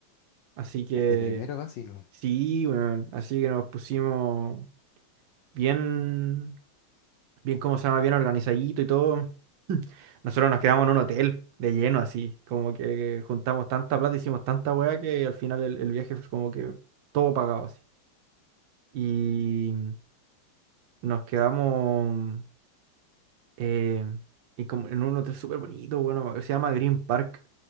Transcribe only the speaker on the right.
Así que
sí, bueno, así que nos pusimos bien. bien cómo se llama, bien organizadito y todo. <clears throat> <laughs> Nosotros nos quedamos en un hotel de lleno, así, como que juntamos tanta plata, hicimos tanta weá que al final el, el viaje fue como que todo pagado así. Y nos quedamos eh, y como en un hotel súper bonito, bueno, se llama Green Park.